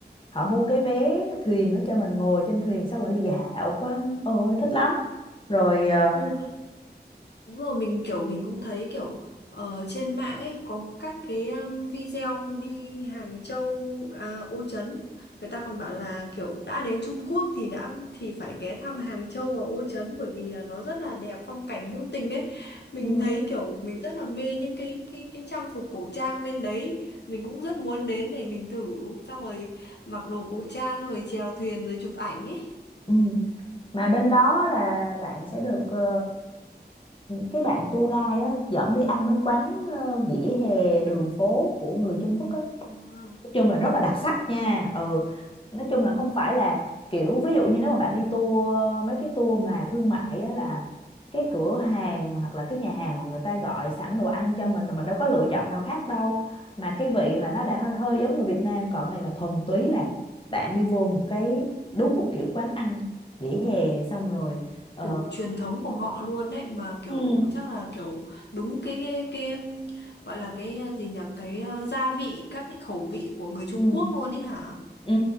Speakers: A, on the left; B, on the left.
A: họ mua cái vé thuyền đó cho mình ngồi trên thuyền xong rồi đi dạo quanh ôi thích lắm rồi ờ,
B: Ừ, Đúng rồi, mình kiểu mình cũng thấy kiểu ờ, trên mạng ấy có các cái um, video đi Hàng Châu, à, Ô Trấn. Người ta còn bảo là kiểu đã đến Trung Quốc thì đã thì phải ghé thăm Hàng Châu và Ô Trấn bởi vì là nó rất là đẹp, phong cảnh hữu tình ấy. Mình
A: ừ,
B: thấy kiểu mình rất là mê những cái cái cái trang phục cổ trang bên đấy. Mình cũng rất muốn đến để mình thử xong rồi mặc đồ cổ trang rồi chèo thuyền rồi chụp ảnh ấy.
A: ừ. mà bên đó là bạn sẽ được ờ, cái bạn tour guide á, dẫn đi ăn mấy quán ờ, vỉa hè đường phố của người Trung Quốc á,
B: À,
A: nói chung là rất là đặc sắc
B: à.
A: nha ừ nói chung là không phải là kiểu ví dụ như nếu mà bạn đi tour mấy cái tour mà thương mại á là cái cửa hàng hoặc là cái nhà hàng mà người ta gọi sẵn đồ ăn cho mình rồi mình đâu có lựa chọn nào khác đâu mà cái vị là nó đã hơi hơi giống người Việt Nam còn này là thuần túy là bạn đi vô một cái đúng một kiểu quán ăn vỉa hè xong rồi ờ,
B: kiểu truyền thống của họ luôn đấy mà kiểu
A: ừ
B: chắc là kiểu đúng cái cái gọi là cái à, gì nhỉ cái ờ, gia vị các cái khẩu vị của người Trung
A: ừ
B: Quốc luôn ấy hả
A: Ừ,